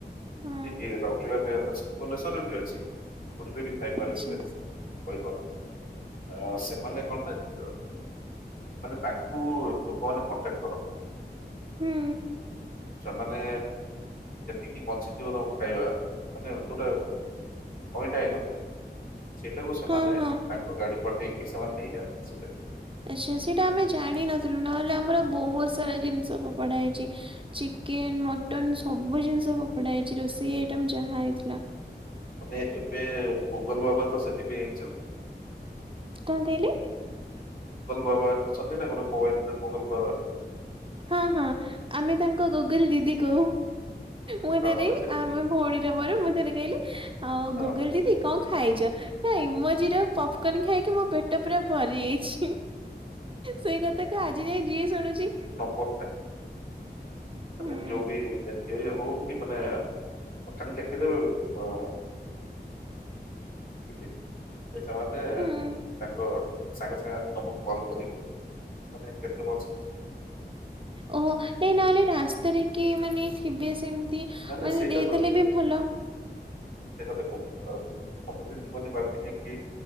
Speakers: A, on the right; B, on the left.
A: ହଁ
B: ଏଠି <unintelligible> ଅଛି ଭୁବନେଶ୍ଵରରେ ବି ଅଛି ପୁରୀ ବି ଖାଇପାରିବେ।
A: ଆଚ୍ଛା
B: କହିପାରୁ ଆ ସେମାନେ କଣଟା <unintelligible> ମାନେ ତାଙ୍କୁ ଲୋକମାନେ କଣ୍ଟାକ୍ଟ କର
A: ହୁଁ।
B: ସେମାନେ ଯେତିକି ବଞ୍ଚିଥିବ ତାଙ୍କ ଖାଇବା ମାନେ ଯୋଉଟା ଅଇଁଠା ହେଇନଥିବ ସେଇଟାକୁ ସେମାନେ
A: ହଁ ହଁ
B: ତାଙ୍କ ଗାଡି ପଠେଇକି ସେମାନେ ନେଇଯାଆନ୍ତି ସେଇଟା।
A: ଆଛା ସେଇଟା ଆମେ ଜାଣିନଥିଲୁ ନହେଲେ ଆମର ବୋହୁତ ସାରା ଜିନିଷ ଫୋପଡା ହେଇଚି। ଚିକେନ ମଟନ ସବୁ ଜିନିଷ ଫୋପଡା ହେଇଛି ରୋଷେଇ ଆଇଟମ୍ ଯାହା ହେଇଥିଲା।
B: ମାନେ ଏବେ ଗୁଗଲ୍ ବାବା ତ ସେଥିପାଇଁ ହେଇଚ।
A: କଁ କହିଲେ?
B: ଗୁଗଲ୍ ବାବା ଅଛନ୍ତି ନା ଗୋଟେ ମୋବାଇଲରେ ଗୁଗଲ୍ ବାବା।
A: ହଁ ହଁ ଆମେ ତାଙ୍କ ଗୁଗୁଲ୍ ଦିଦି କହୁ ମୁଁ ଥରେ
B: ମାନେ ସେ
A: ଆ ମୋ ଭଉଣୀର ମୋର ମୁଁ ଥରେ କହିଲି ଆଉ
B: ହଁ
A: ଗୁଗୁଲ୍ ଦିଦି କଁ ଖାଇଚ ନା ଇମୋଜିର ପପକନ୍ ଖାଇକି ମୋ ପେଟ ପୁରା ଭରି ଯାଇଛି। ସେଇ କଥାକୁ ଆଜି ଯାଏ ଯିଏ ଶୁଣୁଚି
B: <unintelligible> ତାକୁ
A: ହୁଁ
B: ନା ଯୋଉ ବି ଏନ୍ ଜି ଓ ରେ ହଉ କି ମାନେ ହଁ ଖାଲି ଲେକିଦେବ ଅଁ <unintelligible> ତ ସେମାନେ
A: ହୁଁ
B: ତାଙ୍କ ସାଙ୍ଗେ ସାଙ୍ଗେ ତମୁକୁ କଲ୍ କରିବେ। ମାନେ କେତେ ବଞ୍ଚିଛି।
A: ଓହୋ ନାଇ ନହେଲେ ରାସ୍ତାରେ କିଏ ମାନେ ଥିବେ ସେମ ତି
B: ନା ନା
A: ମାନେ
B: ସେଇଟା
A: ଦେଇଦେଲେ ବି ଭଲ।
B: ସେତ ଦେଖୁଁ ଅଁ ସବୁ କିଛି କହିନେ ଚାଲୁଚି ଠିକି